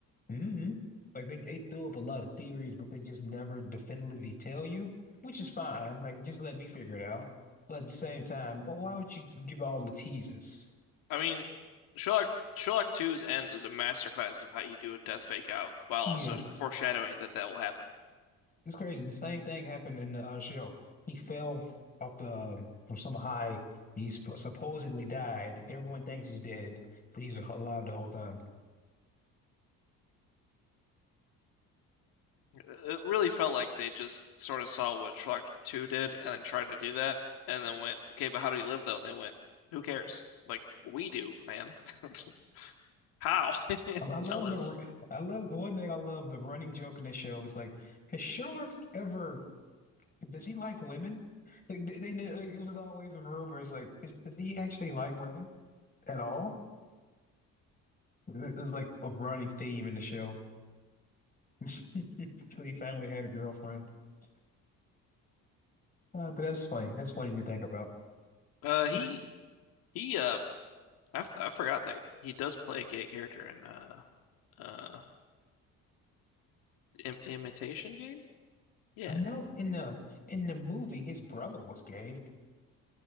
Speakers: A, on the left; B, on the left.
A: Mm-hmm. Like they, they threw up a lot of theories, but they just never definitively tell you, which is fine. Like, just let me figure it out. But at the same time, wh why would you give all the teases?
B: I mean, Sherlock Sherlock Two's end is a masterclass of how you do a death fake out while
A: Yeah,
B: also foreshadowing that that will happen.
A: it's crazy. The same thing happened in the uh, show. He fell f- off the um, from some high. He sp supposedly died. Everyone thinks he's dead, but he's alive the whole time.
B: it really felt like they just sort of saw what Shrek 2 did and then tried to do that and then went, okay, but how do you live though? And they went, who cares? Like, we do, man. <laughs> How? <laughs>
A: I I love
B: Tell us.
A: the r- I love one thing I love the running joke in the show is like has Sherlock ever does he like women? Like they, they they- like, it was always a rumor. It's like is, does he actually like women at all? It was like a running theme in the show. <laughs> So He finally had a girlfriend. <laughs> Uh, but that's funny. That's funny to think about.
B: Uh, he,
A: He-
B: he, uh, I I forgot that he does play a gay character in, uh, uh, Im Imitation Game? Yeah.
A: I know in the in the movie his brother was gay,